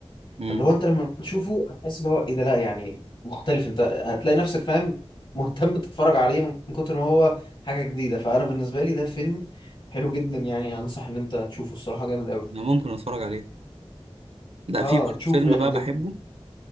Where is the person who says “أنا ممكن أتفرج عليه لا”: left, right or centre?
Right